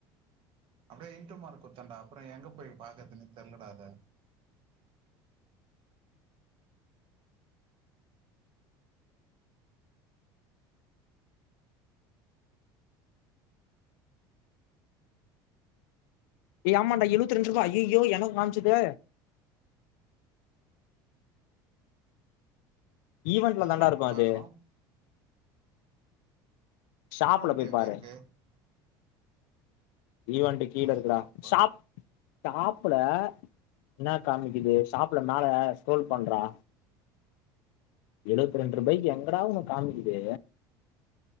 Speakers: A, on the right; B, on the left.
A: அப்புடியே இன்டு மார்க்கு குத்தேண்டா அப்புறோ எங்க போய் பாக்குறதுனு தெர்ல டா அத
B: ஏய் ஆமாண்டா எழுபத்ரெண்ட்ருபா அய்யயோ எனக்கு காம்ச்சுதே ஈவென்ட்லா
A: எதுல
B: தாண்டா இருக்கோ
A: போய்
B: அது
A: பாக்கணு
B: ஷாப்ல
A: ஈவன்ட்டு
B: போய்
A: எங்க
B: பாரு
A: இருக்கு
B: ஈவன்ட்டு கீழ
A: ஓ
B: இருக்குடா
A: ஸ்டாப்பா
B: ஷாப் ஷாப்புல இன்னா காமிக்குது ஷாப்புல மேல ஸ்க்ரோல் பண்றா எழுவத்ரெண்ட்ருபாய்க்கு எங்கடா உனக்கு காமிக்குது